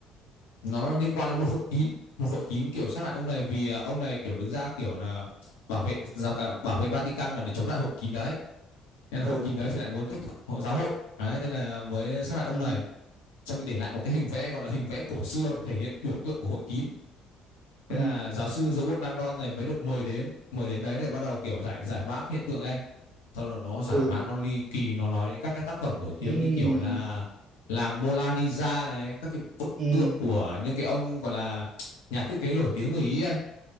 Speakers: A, on the left; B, on the right.
A: nó liên quan đến một hội kín một hội kín kiểu sát hại ông này vì ờ, ông này kiểu đứng ra kiểu là bảo vệ giao cả bảo vệ Vatican là để chống lại hội kín đấy nên là
B: ừ
A: hội kín đấy thì lại muốn thách thức hội giáo hội đấy thế là mới sát hại ông
B: ừ
A: này xong thì để lại một cái hình vẽ gọi là hình vẽ cổ xưa thể hiện biểu tượng của hội kín thế
B: ừ
A: là giáo sư Robert Langdon này mới được mời đến mời đến đấy để bắt đầu kiểu giải giải mã hiện tượng ấy sau đó nó giải
B: ừ
A: mã nó ly kỳ nó nói đến các cái tác phẩm nổi tiếng
B: ừ ừ
A: như kiểu là làng Mona Lisa này các cái bức
B: ừ
A: tượng của những cái ông gọi là <tsk> nhà thiết kế nổi tiếng người Ý anh